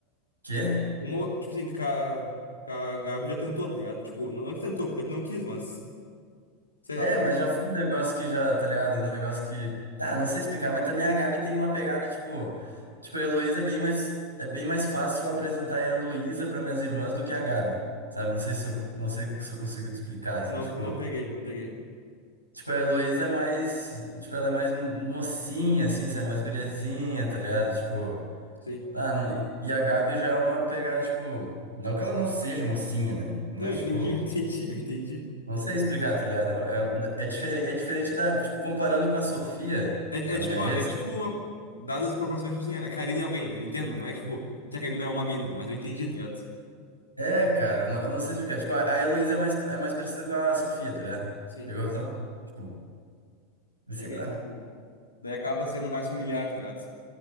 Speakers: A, on the right (about 90°); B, on the left (about 80°).
A: Quê?
B: Uma, tipo assim, que a, que a Gabi já tentou, tá ligado? Tipo, não, não que tentou, porque tu não quis, mas. Sei
A: É,
B: lá.
A: mas já foi um negócio que já, tá ligado? Um negócio que. Ah, não sei explicar, mas também a Gabi tem uma pegada, tipo. Tipo, a Heloísa é bem mais. É bem mais fácil eu apresentar a Heloísa pra minhas irmãs do que a Gabi, sabe? Não sei se eu, não sei se eu consigo te explicar, assim,
B: Não,
A: tipo.
B: não peguei, não peguei.
A: Tipo, a Heloísa é mais. Tipo, ela é mais mocinha, assim, sabe? Mais guriazinha, tá ligado? Tipo.
B: Sim.
A: Ah, não, e e a Gabi já é uma pegada, tipo, não que ela não seja mocinha, né? Mas,
B: Não, eu entendi,
A: tipo,
B: <laughs> eu entendi, eu entendi.
A: não sei explicar, tá ligado? É, é, é, difere- é diferente da, tipo, comparando com a Sofia,
B: É, é
A: a
B: tipo,
A: minha ex.
B: é tipo a- dadas as proporções, tipo assim, a Karina e alguém, entenda, não é tipo que a Karina é uma mina, mas eu entendi, tá ligado?
A: É, cara, eu não, eu não sei explicar. Tipo, a, a Heloísa é mais, é mais parecida com a Sofia, tá ligado?
B: Sim.
A: Pegou a visão? Tipo, sei
B: Peguei,
A: lá.
B: tipo, daí acaba sendo mais familiar, tá ligado?